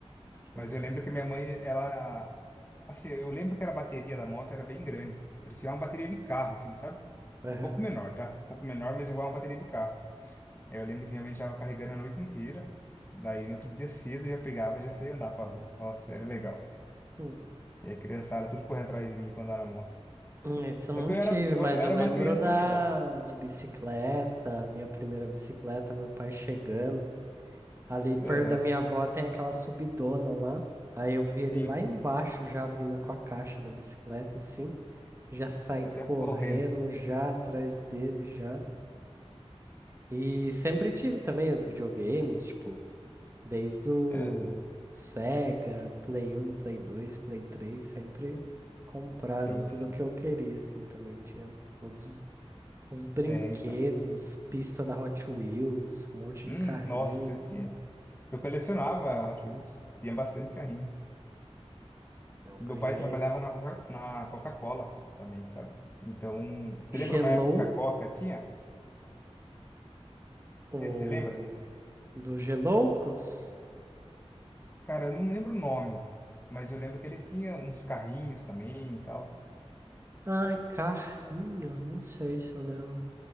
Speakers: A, on the right; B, on the left.
A: Sim.
B: Mas eu lembro que minha mãe, ela Assim, eu lembro que era a bateria da moto era bem grande. Parecia uma bateria de carro, assim, sabe? Um
A: Aham.
B: pouco menor, tá? Um pouco menor, mas igual uma bateria de carro. Aí eu lembro que minha mãe estava carregando a noite inteira. Daí no outro dia cedo eu já pegava e já saía andar pra rua. Nossa, era legal.
A: Hum.
B: E a criançada tudo correndo atrás de mim pra andar na moto.
A: Hum, Esse eu não
B: Só que eu era,
A: tive,
B: eu,
A: mas
B: eu era
A: eu lembro
B: uma criança
A: da
B: legal.
A: de bicicleta, minha primeira bicicleta, meu pai chegando Ali perto
B: Aham,
A: da minha avó tem aquela subidona lá. Aí eu vi
B: sim.
A: ele lá embaixo já vindo com a caixa da bicicleta, assim. Já saí
B: Eu sempre
A: correndo
B: correndo.
A: já atrás dele já. E sempre tive também os videogames, tipo, desde o
B: Aham,
A: Sega, Play 1, Play 2, Play 3, sempre compraram
B: sim,
A: tudo
B: sim.
A: o que eu queria, assim, também. Tinha todos os os brinquedos,
B: É, então.
A: pista da Hot Wheels, um monte
B: Hum,
A: de carrinho.
B: nossa, eu tinha. Eu colecionava Hot Wheels. Tinha bastante carrinho.
A: Eu
B: E
A: ganhei.
B: meu pai trabalhava na Coca- na Coca-Cola também, sabe? Então, você
A: Gelou
B: lembra uma época que a Coca tinha?
A: O
B: Você se lembra?
A: do Geloucos?
B: Cara, eu não lembro o nome, mas eu lembro que eles tinham uns carrinhos também e tal.
A: Ai, carrinho, não sei se eu lembro.